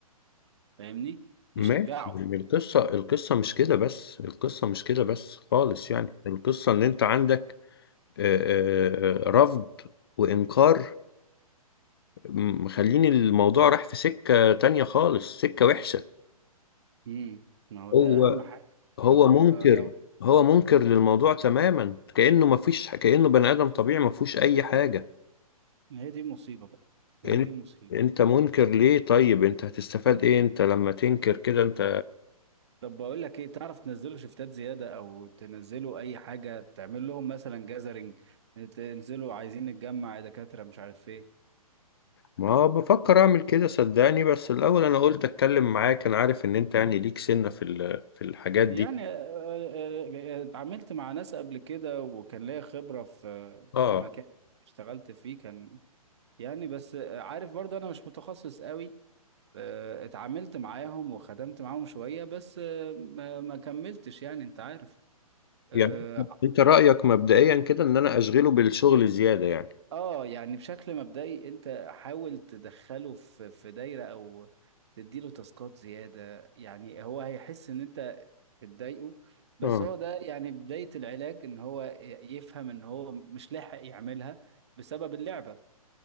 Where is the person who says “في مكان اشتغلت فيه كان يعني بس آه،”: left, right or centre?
Right